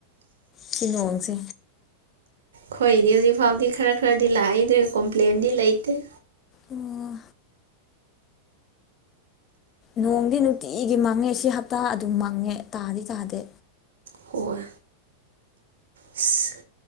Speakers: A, on the left; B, on the right.
A: ꯁꯤ ꯅꯣꯡꯁꯦ
B: ꯈꯣꯏꯗꯤ ꯍꯧꯖꯤꯛ ꯐꯥꯎꯗꯤ ꯈꯔ ꯈꯔꯗꯤ ꯂꯥꯛꯏ ꯑꯗꯨ ꯀꯣꯝꯄ꯭ꯂꯦꯟꯗꯤ ꯂꯩꯇꯦ
A: ꯑꯣ ꯅꯣꯡꯗꯤ ꯅꯨꯡꯇꯤꯒꯤ ꯃꯥꯡꯉꯦ ꯁꯤ ꯍꯞꯇꯥ ꯑꯗꯨꯝ ꯃꯥꯡꯉꯦ ꯇꯥꯗꯤ ꯇꯥꯗꯦ
B: ꯍꯣꯏ ꯑꯁ